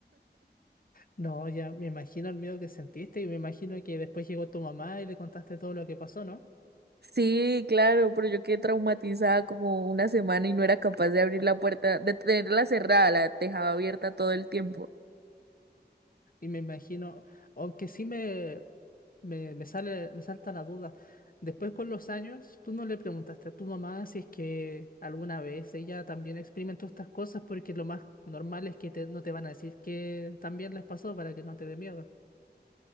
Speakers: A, on the left (about 55°); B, on the right (about 65°).
A: No, ya me imagino el miedo que sentiste y me imagino que después llegó tu mamá y le contaste todo lo que pasó, ¿no?
B: Sí, claro, pero yo quedé traumatizada como una semana y no era capaz de abrir la puerta, de tenerla cerrada, la dejaba abierta todo el tiempo.
A: Y me imagino, aunque sí me, me, me sale, me salta la duda. Después con los años, tú no le preguntaste a tu mamá si es que alguna vez ella también experimentó estas cosas porque lo más normal es que te- no te van a decir que también les pasó para que no te dé miedo.